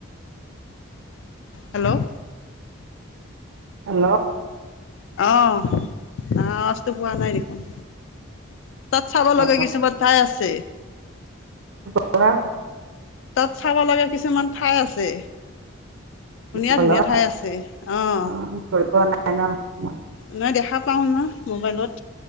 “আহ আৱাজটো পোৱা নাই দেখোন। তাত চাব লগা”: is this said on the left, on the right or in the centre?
Left